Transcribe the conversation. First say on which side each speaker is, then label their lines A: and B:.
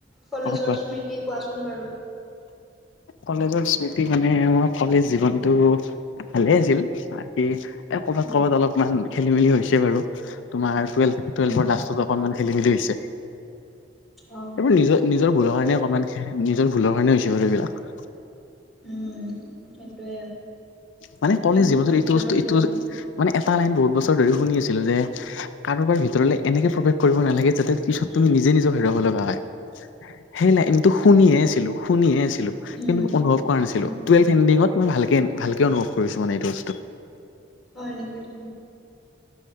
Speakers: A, in the centre; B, on the left (about 75°).
A: কলেজৰ
B: অ কোৱা
A: স্মৃতি কোৱাচোন বাৰু?
B: কলেজৰ স্মৃতি মানে মই কলেজ জীৱনতটো ভালে আছিল। এ কৰ'বাত
A: উম
B: ক'ৰবাত অলপমান খেলি মেলি হৈছে বাৰু তোমাৰ টুৱেলভ টুৱেল্ভৰ
A: উম উম
B: লাষ্টত অকণমান খেলি মেলি হৈছে।
A: অ অ
B: এইবোৰ নিজৰ নিজৰ
A: সেইটোৱে
B: ভুলৰ কাৰণে অকমান নিজৰ ভুলৰ কাৰণে হৈছে বাৰ এইবিলাক।
A: উম সেইটোৱে।
B: মানে
A: কিছুমান
B: কলেজ জীৱনটো এইবস্ত
A: নিজৰ ভুলৰ
B: ইটো
A: কাৰণে
B: মানে এটা লাইন বহুত বছৰ ধৰি শুনি আছিলো যে কাৰোবাৰ ভিতৰলে এনেকে প্ৰৱেশ কৰিব নালাগে যাতে পিছত তুমি নিজে নিজৰ হেৰোবাৱ লগা হয়। হেই নাইনটো শুনিয়ে আছিলো শুনিয়ে আছিলো
A: উম
B: কিন্তু অনুভৱ কৰা নাছিলোঁ।
A: উম
B: টুৱেভ এনডিংত মই ভালকে ভালকে অনুভৱ কৰিছো মানে এইটো বস্তু।
A: হয় নেকি